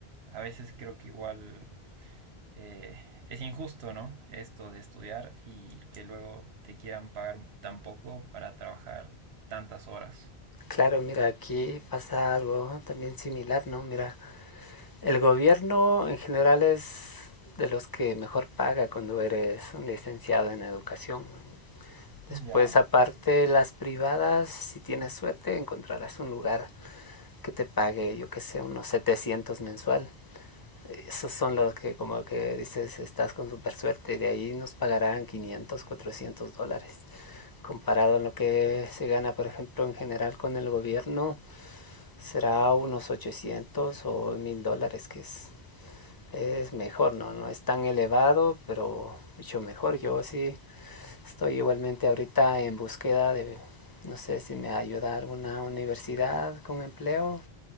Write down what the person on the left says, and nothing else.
Claro, mira, aquí pasa algo también similar, ¿no? Mira, el gobierno en general es de los que mejor paga cuando eres un licenciado en educación. Después,
aparte, las privadas, si tienes suerte, encontrarás un lugar que te pague, yo que sé, unos 700 mensual. Esos son los que como que dices, estás con super suerte, de ahí nos pagarán 500, 400 dólares. Comparado a lo que se gana, por ejemplo, en general con el gobierno, será unos 800 o 1000 dólares, que es, es mejor, ¿no? No es tan elevado, pero mucho mejor. Yo sí estoy igualmente ahorita en búsqueda de, no sé si me ayuda alguna universidad con empleo,